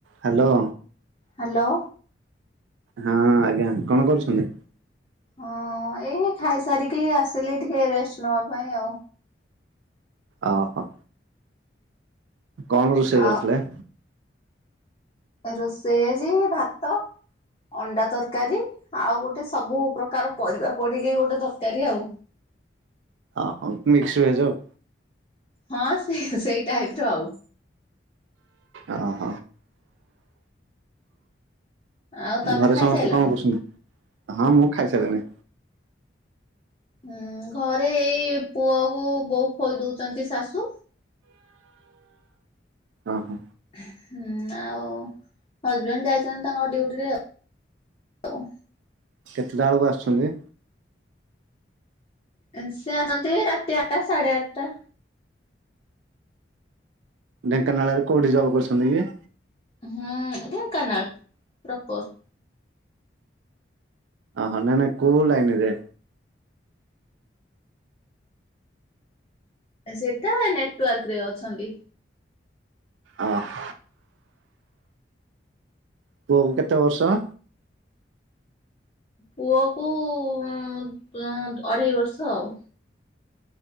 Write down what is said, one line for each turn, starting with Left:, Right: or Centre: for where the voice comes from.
Right: Hello.
Left: Hello.
Right: ହଁ ଆଜ୍ଞା କଣ କରୁଛନ୍ତି?
Left: ହଁ ଏଇ ଖାଇସାରିକି ଆସିଲେ ଟିକେ ରେଷ୍ଟ୍ ନବା ପାଇଁ ଆଉ।
Right: ଅହୋ। କଣ ରୋଷେଇ
Left: ଆଉ
Right: କରିଥିଲେ?
Left: ରୋଷେଇ ଆଜି ଭାତ, ଅଣ୍ଡା ତରକାରୀ, ଆଉ ଗୋଟେ ସ୍ ସବୁ ପ୍ରକାର ପରିବା ପଡିକି ଗୋଟେ ତରକାରୀ ଆଉ।
Right: ଅ ହଁ ମିକ୍ସଭେଜ ଆଉ।
Left: ହଁ ସିଏ ସେଇ ଟାଇପର ଆଉ।
Right: ଅହ।
Left: ଆଉ ତମେ
Right: ଘରେ
Left: ଖାଇସାରିଲଣି?
Right: ସମସ୍ତେ କଣ କରୁଛନ୍ତି, ହଁ ମୁଁ ଖାଇସାରିଲିଣି।
Left: ହୁଁ ଘରେ ଏଇ ପୁଅକୁ ବୋଉ ଖୋଇ ଦୋଉଚନ୍ତି ଶାଶୁ।
Right: ଅହ।
Left: ହୁଁ ଆଉ ହଜବେଣ୍ଡ୍ ଯାଇଚନ୍ତି ତାଙ୍କ ଡ୍ୟୁଟିରେ ତ
Right: କେତେଟା ବେଳକୁ ଆସୁଚନ୍ତି?
Left: ଏ ସେ ଆସନ୍ତି ରାତି ଆଟଟା ସାଢ଼େ ଆଟଟା।
Right: ଢେଙ୍କାନାଳରେ କୋଉଠି ଜବ କରୁଛନ୍ତି କି?
Left: ହୁଁ ଢେଙ୍କାନାଳ ପ୍ରପର୍।
Right: ଅହ ନାଇଁ ନାଇଁ କୋଉ ଲାଇନିରେ?
Left: ସେଟା ନେଟୱାର୍କରେ ଅଛନ୍ତି।
Right: ଅହ। ପୁଅକୁ କେତେ ବର୍ଷ?
Left: ପୁଅକୁ ଉଁ-ତୁଁ-ଅଢେଇ ବର୍ଷ ଆଉ।